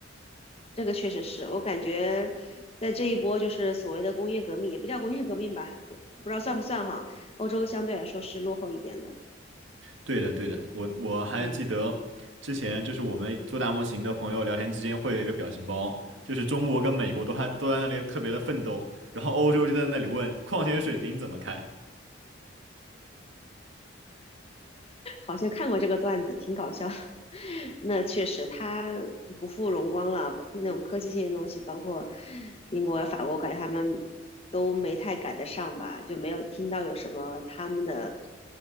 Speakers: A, on the left; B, on the right.
A: 这个确实是我感觉，在这一波就是所谓的工业革命，也不叫工业革命吧，不知道算不算哈。欧洲相对来说是落后一点的。
B: 对的，对的，我我还记得之前就是我们做大模型的朋友聊天之间会有一个表情包，
A: 嗯。
B: 就是中国跟美国都还都在那里特别的奋斗，然后欧洲就在那里问矿泉水瓶怎么开。
A: 好像看过这个段子，挺搞笑的 <laughs> 那确实，它不负荣光了。那种科技性的东西，包括英国、法国，感觉他们都没太赶得上吧，就没有听到有什么他们的